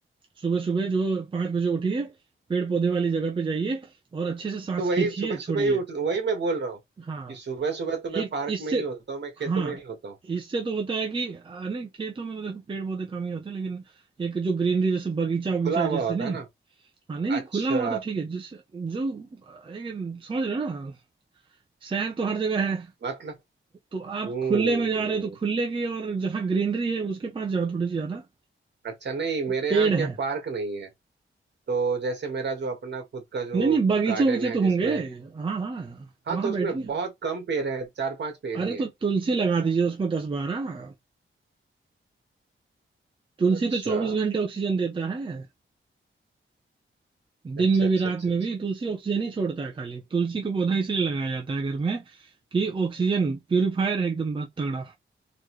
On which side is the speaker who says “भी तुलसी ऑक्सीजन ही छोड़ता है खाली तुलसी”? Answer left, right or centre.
Right